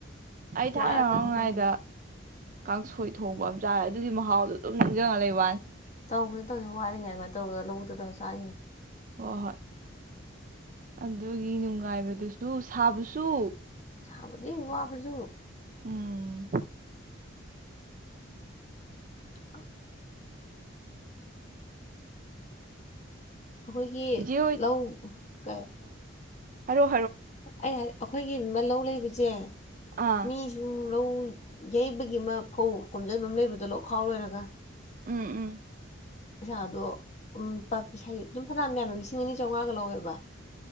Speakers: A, on the right; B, on the left.
A: ꯑꯩ ꯊꯥꯏꯅ
B: ꯋꯥꯔꯀꯥꯟꯗ
A: ꯑꯉꯥꯡꯑꯣꯏꯔꯤꯀꯥꯟꯗ
B: ꯇꯧꯕꯗꯣ
A: ꯀꯥꯡꯁꯣꯏ ꯊꯣꯡꯕ ꯑꯃ ꯆꯥꯔꯦ ꯑꯗꯨꯒꯤ ꯃꯍꯥꯎꯗꯣ ꯑꯗꯨꯝ ꯅꯤꯡꯁꯤꯡꯉ ꯂꯩꯕ ꯋꯥꯅꯤ
B: ꯇꯧꯕꯅꯤ ꯇꯧꯅꯤꯅ ꯋꯥꯔꯤꯉꯥꯏ ꯋꯥꯔꯤꯉꯩ ꯃꯅꯨꯡꯗ ꯂꯧꯕꯨꯛꯇ ꯇꯧꯔꯒ ꯆꯥꯈꯤꯕꯁꯤ
A: ꯍꯣ ꯍꯣꯏ ꯑꯗꯨꯒꯤ ꯅꯨꯡꯉꯥꯏꯕꯗꯨꯁꯨ ꯁꯥꯕꯁꯨ
B: ꯑꯗꯨꯗꯤ ꯋꯥꯕꯁꯨ
A: ꯎꯝ
B: <inaudible> ꯑꯩꯈꯣꯏꯒꯤ
A: ꯏꯆꯦ
B: ꯂꯧ ꯀꯩ
A: ꯍꯥꯏꯔꯣ
B: ꯑꯩ ꯍꯣꯏꯖꯦ ꯑꯩꯈꯣꯏꯒꯤ ꯂꯧ ꯂꯩꯕꯁꯤ ꯏꯆꯦ
A: ꯑꯥ
B: ꯃꯤꯖꯨ ꯂꯧ ꯌꯩꯕꯒꯤ ꯑꯃ ꯐꯧ ꯈꯣꯝꯖꯤꯟꯕ ꯑꯃ ꯂꯩꯕꯗꯣ ꯂꯧ ꯈꯥꯎ ꯂꯣꯏꯔꯒ
A: ꯎꯝ ꯎꯝ
B: ꯄꯩꯁꯥꯗꯣ ꯁꯥ ꯑꯗꯨꯝ ꯐꯅꯌꯥꯝ ꯃꯅ ꯂꯤꯁꯤꯡ ꯑꯅꯤ ꯆꯧꯃꯉꯥꯒ ꯂꯧꯋꯦꯕ